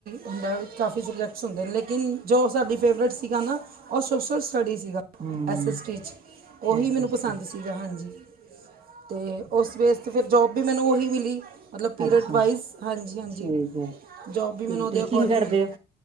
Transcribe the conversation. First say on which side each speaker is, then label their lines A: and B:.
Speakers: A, on the right; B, on the right.
A: ਹੁੰਦਾ ਕਾਫੀ ਸਬਜੈਕਟਸ ਹੁੰਦੇ ਨੇ ਲੇਕਿਨ ਜੋ ਸਾਡੀ ਫੇਵਰੇਟ ਸੀਗਾ ਨਾ ਔਰ ਸੋਸ਼ਲ ਸਟਡੀ ਸੀਗਾ
B: ਹਮ
A: ਐਸ ਐਸ ਟੀ 'ਚ ਉਹੀ
B: ਐਸ
A: ਮੈਨੂੰ
B: ਐਸ
A: ਪਸੰਦ
B: ਟੀ
A: ਸੀਗਾ ਹਾਂਜੀ। ਤੇ ਉਸ ਬੇਸ ਫਿਰ ਜੋਬ ਵੀ ਮੈਨੂੰ ਓਹੀ ਮਿਲੀ। ਮਤਲਬ ਪੀਰੀਅਡ
B: ਅੱਛਾ
A: ਵਾਈਜ਼ ਹਾਂਜੀ -ਹਾਂਜੀ
B: ਠੀਕ ਹੈ
A: ਜੋਬ ਵੀ
B: ਤੇ
A: ਮੈਨੂੰ ਉਹਦੇ
B: ਟੀਚਿੰਗ
A: ਅਕੋਡਿੰਗ
B: ਕਰਦੇ
A: ਮਿਲੀ।
B: ਹੋ